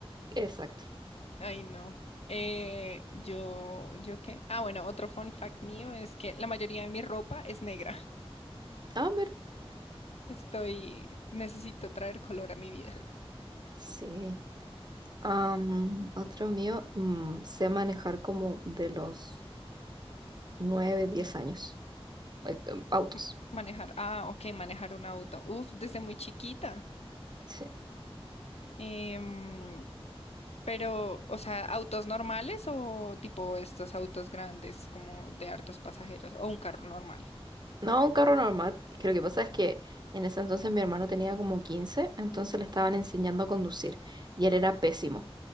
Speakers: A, on the right; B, on the left.
A: Exacto.
B: Ay, no. Eh, yo, ¿yo qué? Ah, bueno, otro fun fact mío es que la mayoría de mi ropa es negra.
A: Ah, mira.
B: Estoy, necesito traer color a mi vida.
A: Sí. Am, otro mío, mm, sé manejar como de los 9 10 años. eh, em, Autos.
B: M- Manejar, ah, ok, manejar un auto. Uf, desde muy chiquita.
A: Sí.
B: Em, pero, o sea, autos normales o tipo estos autos grandes como de hartos pasajeros o un carro normal.
A: No, un carro normal. Que lo que pasa es que en ese entonces mi hermano tenía como 15, entonces le estaban enseñando a conducir y él era pésimo.